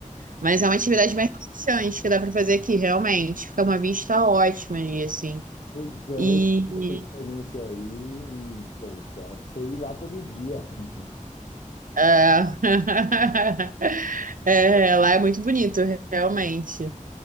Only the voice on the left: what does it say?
Pois é,
eu tive essa experiência aí e, poxa, você ir lá todo dia. <laughs>